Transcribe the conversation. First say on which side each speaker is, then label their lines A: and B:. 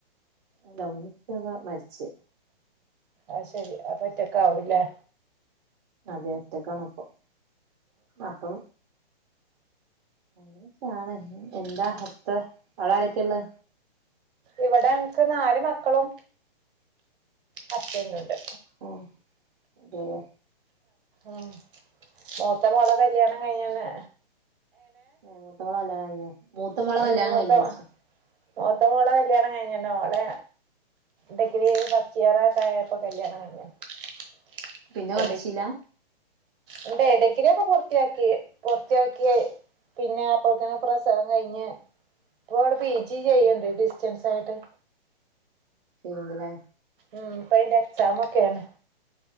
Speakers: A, on the right (about 40°); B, on the right (about 60°).
A: ഇല്ല ഉമ്മിപ്പൊകെ മരിച്ച്
B: അയ്ശെരി അപ്പൊറ്റക്കാവും ല്ലേ
A: അതെ ഒറ്റക്കാണ്പ്പം അപ്പൊ അങ്ങനൊക്കെയാണ് ന്താ ഹത്തെ, അവിടാരൊക്ക്യള്ളെ
B: ഇവിടെ അൻക് നാല് മക്കളും ഹസ്ബന്റൂണ്ട്
A: ഉം അതേല്ലേ
B: ഉം മൂത്ത മോളെ കല്യാണം കയിഞ്ഞീണ്
A: ഏ മൂത്തോളെ കല്യാണം കയ് <unintelligible> മൂത്ത മോളെ
B: ഉം
A: കല്യാണം
B: മൂത്ത
A: കഴിഞ്ഞു വച്ച്
B: മൂത്ത മോളെ കല്യാണം കഴിഞ്ഞിണ് ഓളെ ഡിഗ്രീ ഫസ്റ്റിയറൊക്കായപ്പം കല്യാണം കയിഞ്ഞിണ് <unintelligible>
A: പിന്നെ പഠിച്ചില്ല
B: ഇണ്ടെട ഡിഗ്രിയൊക്കെ പൂർത്തിയാക്കി പൂർത്തിയാക്കിയ പിന്നെ അപ്പോക്കിന് പ്രസവം കഴിഞ്ഞ് ഇപ്പോള് പി ജി ചെയ്ണ്ട്
A: ഉം ഉം
B: ഡിസ്റ്റൻസായിട്ട്
A: ചെയ്യ്ണ്ട്ലെ
B: ഉം പ്പയിൻ്റെ എക്സാമോക്കേണ്